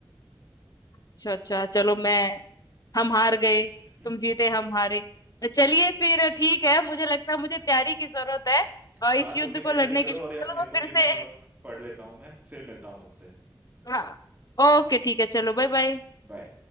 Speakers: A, on the left (about 50°); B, on the right (about 20°).
A: अच्छा अच्छा चलो मैं हम हार गए
B: <laughs>
A: तुम जीते हम हारे तो चलिए फिर ठीक है मुझे लगता है मुझे तैयारी की जरूरत है अ, इस
B: हाँ
A: युद्ध
B: तुम भी तैयारी
A: को लड़ने
B: करो
A: के लिए
B: और यार
A: चलो
B: मेरे
A: मैं
B: को भी
A: फिर से
B: अभी थोड़ा पढ़ लेता हूँ मैं फिर मिलता हूँ तुमसे
A: हाँ ओके ठीक है चलो बाय बाय
B: बाय